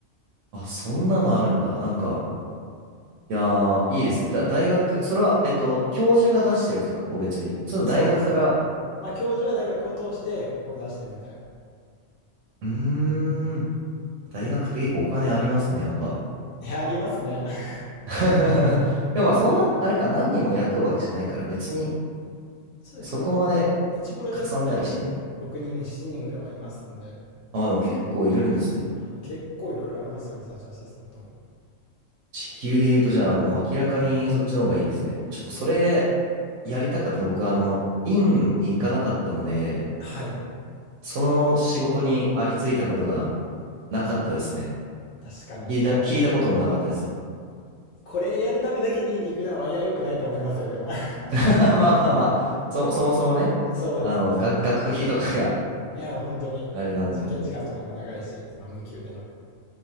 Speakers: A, on the right (about 80°); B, on the left (about 75°).
A: あ、そんなのあるんだ。なんか、いやー、いいですね。だ、大学、それは、えっと、教授が出してるんですか、個別に。その大学から、
B: そうですね。まあ、教授が大学を通してを出してるみたいな。
A: うーん、大学って結構お金ありますね、やっぱ。
B: いや、ありますね。<laughs>
A: <laughs> でもまあ、そんな、あれか、何人も雇うわけじゃないから、別に、
B: そうですね。
A: そこまで
B: でも、1プロジェクトあたりでも6人、
A: かさんだりしない。
B: 7人ぐらいはいますんで、
A: あ、でも結構いるんですね。
B: はい結構いろいろありますよ、リサーチアシスタントも。
A: 時給で言うと、じゃあ、もう明らかにそっちの方がいいですね。ちょっとそれ、やりたかったの、僕、あの、院に行かなかったので、
B: はい。
A: その仕事にありついたことがなかったですね。
B: ああ、確かに。
A: 聞いた、
B: まあでも、
A: 聞いたこともなかったです。
B: これやるためだけに肉な割合良くないと思いますよ、でも。<laughs>
A: <laughs> まあまあまあ、そ、そもそもね、
B: そうですね、
A: あの、
B: そもそも。
A: 学、学費とかが <laughs>
B: いや、本当に、
A: あれなんで。
B: 実験時間とかも長いし、その無給での。